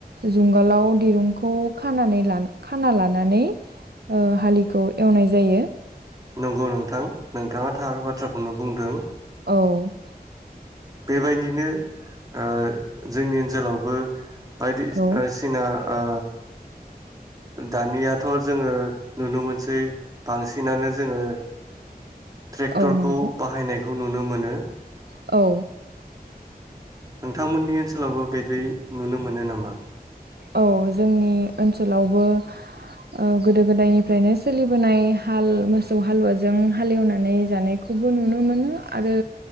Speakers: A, on the right (about 80°); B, on the right (about 20°).
A: जुंगालाव दिरुंखौ खानानै लाना खाना लानानै ओ हालिखौ एवनाय जायो।
B: नोंगौ नोंथां नोंथाङा थार बाथ्राखौनो बुंदों।
A: औ
B: बेबायदिनो ओ जोंनि ओनसोलावबो बायदि ओ
A: औ
B: सिना ओ दानियाथ' जोङो नुनो मोनसै बांसिनानो जोङो ट्रेक्टरखौ
A: औ नंगौ
B: बाहायनाय। खौ नुनो मोनो
A: औ
B: नोंथांमोननि ओनसोलावबो बेदि नुनो मोनो नामा?
A: औ जोंनि ओनसोलावबो ओ गोदो गोदायनिफ्रायनो सोलिबोनाय हाल मोसौ हालुवाजों हालेवनानै जानायखौबो नुनो मोनो आरो